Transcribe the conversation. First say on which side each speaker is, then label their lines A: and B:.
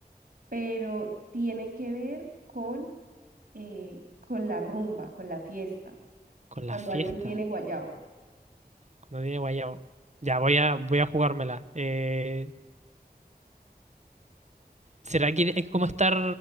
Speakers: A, on the right; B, on the right.
A: pero tiene que ver con, eh, con la rumba, con la fiesta,
B: Con
A: cuando
B: la fiesta.
A: alguien tiene guayabo.
B: Cuando tiene guayabo. Ya, voy a, voy a jugármela. Eh, ¿será que es como estar